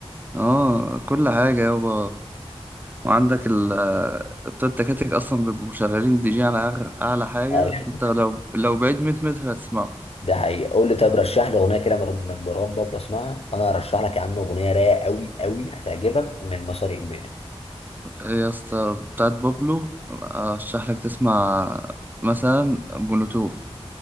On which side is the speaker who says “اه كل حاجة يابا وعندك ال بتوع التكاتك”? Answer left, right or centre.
Right